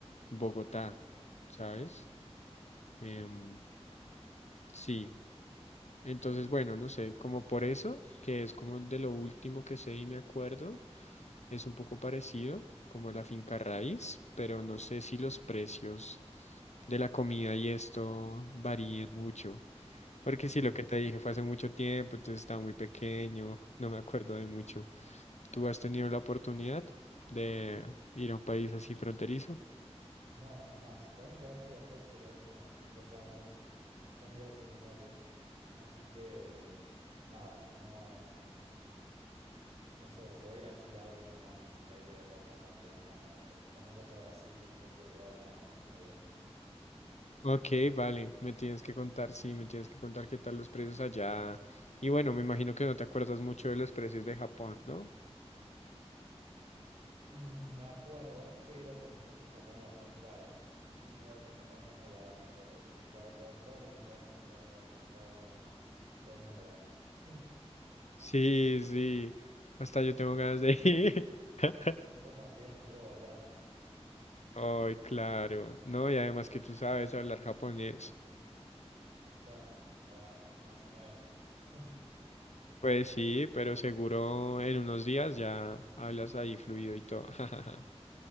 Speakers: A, on the left; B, on the right.
A: Bogotá, ¿sabes? Em, sí, entonces bueno, no sé, como por eso, que es como de lo último que sé y me acuerdo, es un poco parecido como la finca raíz, pero no sé si los precios de la comida y esto varíen mucho. Porque si
B: mm.
A: lo que te dije fue hace mucho tiempo, entonces estaba muy pequeño, no me acuerdo de mucho. ¿Tú has tenido la oportunidad de ir a un país así fronterizo?
B: No, es más, la única vez que viajé al exterior fue cuando fui a intercambio, <laughs> cuando iba al secundario. Así que, nada, no. No sé, o sea, voy a ir a Chile ahora con mi hermano, así que ahí te voy a poder contar, pero no conozco. O sea, nunca fui a Brasil, nunca fui a Uruguay, nada, no tengo idea.
A: Ok, vale, me tienes que contar, sí, me tienes que contar qué tal los precios allá. Y bueno, me imagino que no te acuerdas mucho de los precios de Japón, ¿no?
B: Mm, me acuerdo, pero cuando yo fui a Japón era muy caro. Y de golpe Japón está muy barato en dólares. Viste que ahora todo- todos los influencers se van de viaje a Japón, es como todo el mundo va. <laughs>
A: Sí, sí, hasta yo tengo ganas de ir. <laughs>
B: Yo también quiero volver.
A: Ay, claro, ¿no? Y además que tú sabes hablar japonés.
B: Bueno, a ver, más o menos. <laughs>
A: Pues sí, pero seguro en unos días ya hablas ahí fluido y todo. <laughs>